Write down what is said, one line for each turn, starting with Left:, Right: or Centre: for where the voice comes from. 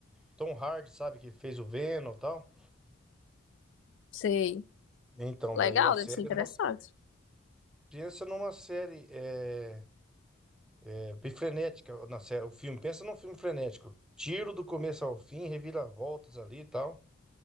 Centre: Tom Hardy, sabe? Que fez o Venom e tal.
Left: Sei.
Centre: Então,
Left: Legal,
Centre: daí a série,
Left: deve ser interessante.
Centre: nossa, pensa numa série é, é, bem frenética, na série, o filme, pensa num filme frenético. Tiro do começo ao fim, reviravoltas ali e tal.